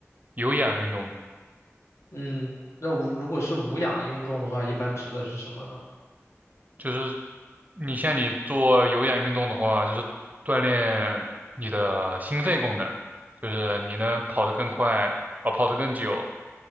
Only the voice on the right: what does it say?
有氧运动，
就是你像你做有氧运动的话，就是锻炼你的心肺功能，就是你能跑得更快，啊，跑得更久。